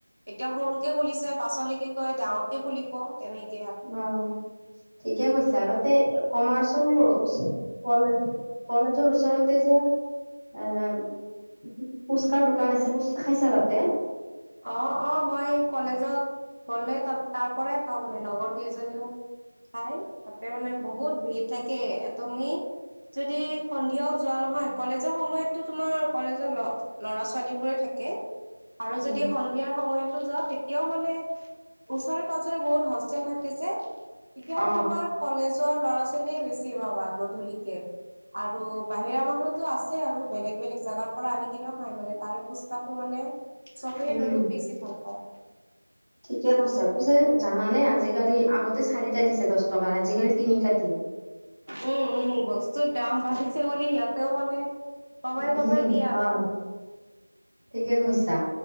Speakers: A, on the right; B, on the right.
A: এতিয়া সৰুকে খুলিছে পাচলেকে গৈ ডাঙৰকে খুলিব তেনেকে।
B: উম ঠিকে কৈছে। বিচাৰতে কমাৰ্চৰ ওচৰ কলেজ কলেজৰ ওচৰতে যে। এ পুচকাৰ দোকান আছে পুচকা খাইছা তাতে।
A: অ অ মই কলেজত। গ'লে তা তাৰ পৰাই খাওঁ মানে লগৰ কেইজনীও। খাই তাতে মানে বহুত ভিৰ থাকে তুমি। যদি সন্ধিয়াও যোৱা নহয় কলেজৰ সময়তো তোমাৰ কলেজৰ লগ। ল'ৰা ছোৱালী বোৰে থাকে আৰু
B: উম
A: যদি সন্ধিয়াৰ সময়তো যোৱা তেতিয়াও মানে। ওচৰে পাজৰে বহুত হোষ্টেল থাকে যে এতিয়াও
B: অ
A: তোমাৰ কলেজৰ ল'ৰা ছোৱালীয়ে বেছি পাবা গধূলিকে আৰু বাহিৰা মানুহতো আছে আৰু বেলেগ বেলেগ জেগাৰ পৰা আহি কিনেও খাই মানে তাৰে পোচকাটো মানে চবেই
B: উম
A: বহুত বেছি ভাল পায়
B: ঠিকে কৈছা পিছে জানানে আজিকালি আগতে চাৰিটা দিছে দহ টকাৰ আজিকালি তিনিটা দিয়ে
A: উম উম বস্তুৰ দাম বাঢ়িছে বুলি সিহঁতেও মানে কমাই
B: উম
A: কমাই দিয়ে আৰু
B: হয় ঠিকে কৈছা